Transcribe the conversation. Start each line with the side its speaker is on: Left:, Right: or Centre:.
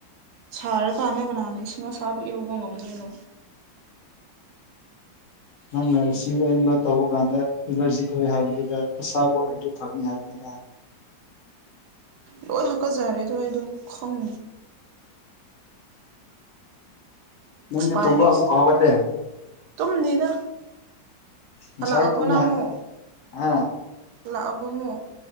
Right: ꯁꯥꯔ ꯀꯥꯟꯗ ꯀꯅꯥꯅ ꯏꯁꯤꯡ ꯑꯁꯥꯕ ꯏꯔꯧꯕ ꯉꯝꯗꯣꯏꯅꯣ
Left: ꯅꯪꯅ ꯏꯁꯤꯡ ꯑꯏꯪꯕ ꯇꯧꯕ ꯀꯥꯟꯗ ꯑꯦꯂ꯭ꯔꯖꯤꯛ ꯑꯣꯏ ꯍꯥꯏꯕꯗꯨꯗ ꯑꯁꯥꯕ ꯑꯣꯏꯔꯗꯤ ꯐꯒꯅꯤ ꯍꯥꯏ ꯅꯤꯗ
Right: ꯂꯣꯏ ꯍꯥꯀꯠꯆꯔꯦꯗꯣ ꯑꯩꯗꯣ ꯈꯪ
Left: ꯅꯪꯗꯤ
Right: ꯑꯁ
Left: ꯇꯨꯝꯕ ꯑꯃꯨꯛꯀ
Right: <unintelligible>
Left: ꯍꯧꯒꯠꯂꯦ
Right: ꯇꯨꯝꯗꯦꯗ
Left: ꯉꯁꯥꯏ
Right: ꯍꯜꯂꯛ ꯑꯕꯣ
Left: ꯇꯨꯝꯃꯤ
Right: ꯅꯪꯃꯨꯛ
Left: ꯍꯥꯏ ꯍꯥ
Right: ꯍꯜꯂꯛ ꯑꯕꯣ ꯃꯨꯛ